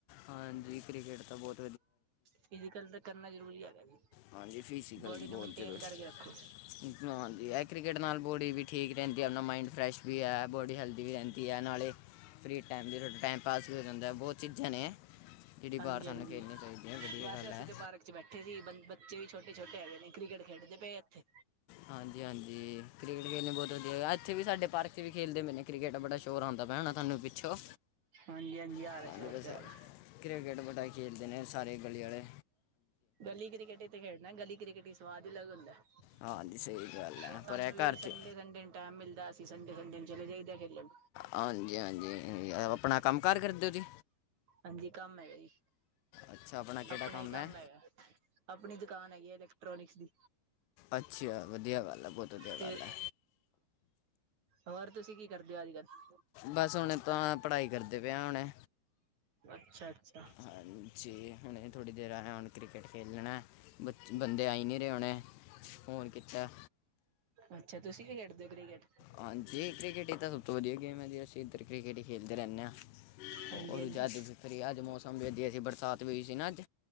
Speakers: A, on the left; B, on the right.
A: ਹਾਂਜੀ, ਕ੍ਰਿਕਟ ਤਾਂ ਬੋਹਤ
B: ਫਿਜ਼ੀਕਲ ਤਾਂ ਕਰਨਾ ਜ਼ਰੂਰੀ ਹੈਗਾ ਜੀ।
A: ਹਾਂਜੀ ਫਿਜ਼ੀਕਲ
B: ਬੋਡੀ ਨੂੰ
A: ਬਹੁਤ
B: ਮੈਨਟੇਨ
A: ਜ਼ਰੂਰੀ
B: ਕਰਕੇ ਰੱਖੋ।
A: ਹਾਂਜੀ ਇਹ ਕ੍ਰਿਕਟ ਨਾਲ ਬੋਡੀ ਵੀ ਠੀਕ ਰਹਿੰਦੀ ਏ, ਆਪ ਮਾਇੰਡ ਫਰੈਸ਼ ਵੀ ਹੈ, ਬੋਡੀ ਹੈਲਦੀ ਵੀ ਰਹਿੰਦੀ ਹੈ ਨਾਲੇ ਫਰੀ ਟਾਈਮ ਦੀ ਟਾਈਮ ਪਾਸ ਵੀ ਹੋ ਜਾਂਦਾ, ਬੋਹਤ ਚੀਜ਼ਾਂ ਨੇ ਜਿਹੜੀ
B: ਹਾਂਜੀ
A: ਬਾਹਰ ਸਾਨੂੰ
B: ਹਾਂਜੀ
A: ਖੇਲਣੀ ਚਾਹੀਦੀ ਹੈ। ਵਧੀਆ
B: ਬਸ
A: ਗੱਲ
B: ਅਸੀਂ
A: ਹੈ
B: ਤਾਂ ਪਾਰਕ ਚ ਬੈਠੇ ਸੀ ਬੱਚੇ ਵੀ ਛੋਟੇ-ਛੋਟੇ ਹੈਗੇ ਨੇ ਕ੍ਰਿਕਟ ਖੇਡਦੇ ਪਏ ਆ ਇਥੇ।
A: ਹਾਂਜੀ-ਹਾਂਜੀ, ਕ੍ਰਿਕਟ ਖੇਡਣੇ ਬੋਹਤ ਵਧੀਆ ਇੱਥੇ ਵੀ ਸਾਡੇ ਪਾਰਕ ਚ ਵੀ ਖੇਡਦੇ ਪਏ ਕ੍ਰਿਕਟ, ਬੜਾ ਸ਼ੋਰ ਆਉਂਦਾ ਹੋਨਾ ਤੁਹਾਨੂੰ ਪਿੱਛੋਂ
B: ਹਾਂਜੀ-ਹਾਂਜੀ, ਆ
A: ਹਾਂਜੀ
B: ਰਿਹਾ ਸੋਂਰ
A: ਬਸ
B: ਤੇ ਆ ਰਿਹਾ।
A: ਕ੍ਰਿਕਟ ਬੜਾ ਖੇਡਦੇ ਨੇ ਸਾਰੇ ਗਲੀ ਆਲੇ।
B: ਗਲੀ ਕ੍ਰਿਕਕੇਟ ਤੇ ਖੇਡਣਾ ਗਲੀ ਕ੍ਰਿਕਟ ਹੀ ਸਵਾਦ ਅਲੱਗ ਹੁੰਦਾ ਹੈ।
A: ਹਾਂਜੀ ਸਹੀ ਗੱਲ ਹੈ
B: ਸਾਨੂੰ
A: ਪਰ ਇਹ
B: ਵੀ
A: ਘਰ
B: ਸੰਡੇ
A: 'ਚ
B: ਸੰਡੇ ਨੂੰ ਟੈਮ ਮਿਲਦਾ ਅਸੀਂ ਸੰਡੇ ਸੰਡੇ ਨੂੰ ਚਲੇ ਜਾਈਦੇ ਖੇਡਣ।
A: ਹਾਂਜੀ -ਹਾਂਜੀ ਆਪਣਾ ਕੰਮ- ਕਾਰ ਕਰਦੇ ਓ ਜੀ।
B: ਹਾਂਜੀ, ਕੰਮ ਹੈ ਜੀ,
A: ਅੱਛਾ ਕਿਹੜਾ
B: ਆਪਣਾ ਹੀ ਕੰਮ
A: ਹੈ
B: ਹੈਗਾ, ਆਪਣੀ ਦੁਕਾਨ ਹੈਗੀ। ਇੈਕਟ੍ਰੋਨਿਕਸ ਦੀ,
A: ਅੱਛਾ ਵਧੀਆ ਗੱਲ ਹੈ ਬਹੁਤ ਵਧੀਆ
B: ਤੇ-
A: ਗੱਲ ਹੈ
B: ਹੋਰ ਤੁਸੀਂ ਕੀ ਕਰਦੇ ਹੋ, ਅੱਜ- ਕੱਲ?
A: ਬਸ ਹੁਣ ਤਾਂ, ਪੜ੍ਹਾਈ ਕਰਦੇ ਪਏ ਹਾ ਹੁਣੇ।
B: ਅੱਛਾ- ਅੱਛਾ।
A: ਹਾਂਜੀ। ਹੁਣੇ ਥੋੜ੍ਹੀ ਦੇਰ ਆਯਾ ਹੁਣੈ। ਕ੍ਰਿਕਟ ਖੇਡਣਾ ਬੱਚੇ, ਬੰਦੇ ਆਈ ਨਈ ਰਹੇ ਹੋਣੇ, ਫੋਨ ਕੀਤਾ।
B: ਅੱਛਾ, ਤੁਸੀਂ ਵੀ ਖੇਡਦੇ ਓ‌ ਕ੍ਰਿਕਟ।
A: ਹਾਂਜੀ, ਕ੍ਰਿਕਟ ਹੀ ਤਾਂ ਸਭ ਤੋਂ ਵਧੀਆ ਗੇਮ ਹੈ। ਜੀ, ਅਸੀਂ ਇੱਧਰ ਕ੍ਰਿਕਟ ਹੀ ਖੇਡਦੇ ਰਹਿਨੇ ਹਾਂ।
B: ਹਾਂਜੀ
A: ਹੋਰ
B: ਹਾਂਜੀ।
A: ਜਦ ਫਿਰ ਅੱਜ ਮੌਸਮ ਵਿੱ ਜੇ ਜੇ ਬਰਸਾਤ। <unintelligible> ਅੱਜ